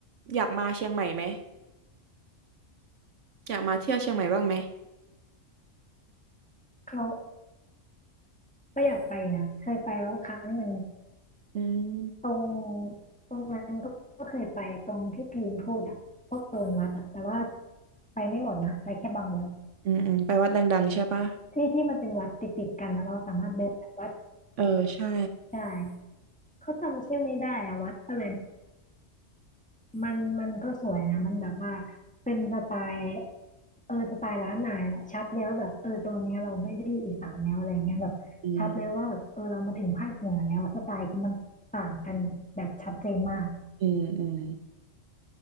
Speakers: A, on the right; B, in the centre.
A: อยากมาเชียงใหม่ไหมอยากมาเที่ยวเชียงใหม่บ้างไหม
B: เขาก็อยากไปนะเคยไปแล้วครั้งหนึ่ง
A: อืม
B: ตรงตรงนั้นก็ก็เคยไปตรงที่พีมพูดอะพวกโซนวัดอะแต่ว่าไปไม่หมดนะไปแค่บางวัด
A: อืมอืมไปวัดดังๆใช่ปะ
B: ที่ที่มันเป็นวัดติดติดกันอะเราสามารถเดินจากวัด
A: เออใช่
B: ใช่เขาจำชื่อไม่ได้อะวัดอะไร มันมันก็สวยนะมันแบบว่าเป็นสไตล์เออสไตล์ร้านนายแหละชัดเลยว่าแบบเออตรงเนี้ยเราไม่ได้อยู่อีสานแล้วอะไรเงี้ยแบบชัดเลยว่าแบบเออเรามาถึงภาคเหนือแล้วสไตล์คือมันต่างกันแบบชัดเจนมาก
A: อืมอืมอืม